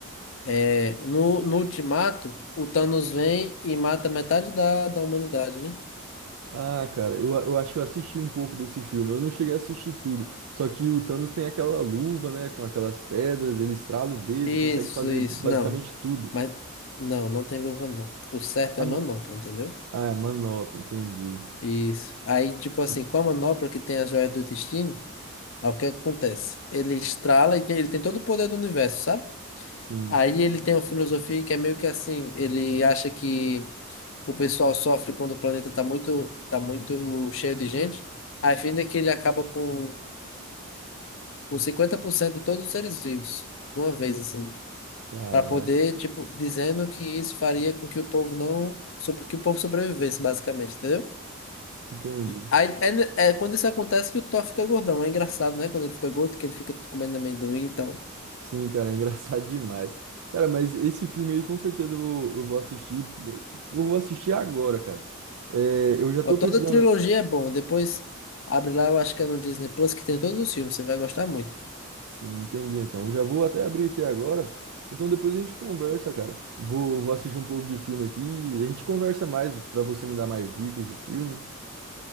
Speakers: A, on the left; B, on the right.
A: É, no, no Ultimato, o Thanos vem e mata metade da, da humanidade, né?
B: Ah, cara, eu, eu acho que eu assisti um pouco desse filme. Eu não cheguei a assistir tudo. Só que o Thanos tem aquela luva, né? Com aquelas pedras, ele estrala o dedo,
A: Isso,
B: consegue fazer
A: isso,
B: basicamente
A: não.
B: tudo.
A: Mas não, não tem luva, não. O certo
B: Ah,
A: é
B: não.
A: manopla, entendeu?
B: Ah, é manopla, entendi.
A: Isso. Aí, tipo assim,
B: <laughs>
A: com a manopla que tem a joia do destino, aí o que acontece? Ele estrala e tem- ele tem todo o poder do universo, sabe?
B: Sim,
A: Aí ele tem uma filosofia que é meio que assim, ele acha que o pessoal sofre quando o planeta está muito, tá muito cheio de gente, a fim de que ele acaba com, com 50% de todos os seres vivos, de uma vez, assim,
B: caraca.
A: para poder, tipo, dizendo que isso faria com que o povo não, sobre, que o povo sobrevivesse, basicamente, entendeu?
B: Entendi.
A: Aí, é, é quando isso acontece que o Thor fica gordão, é engraçado, né? Quando ele fica gordo, que ele fica comendo amendoim e tal.
B: Sim, cara, é engraçado <laughs> demais. Cara, mas esse filme aí com certeza eu vou, eu vou assistir. Eu vou assistir agora, cara. É, eu já tô
A: Ó, toda
B: precisando.
A: a trilogia é bom, depois... Abre lá, eu acho que é no Disney Plus, que tem todos os filmes, você vai gostar muito.
B: Sim, entendi. Então, eu já vou até abrir aqui agora. Então, depois a gente conversa, cara. Vou, vou assistir um pouco de filme aqui. A gente conversa mais pra você me dar mais dicas de filme.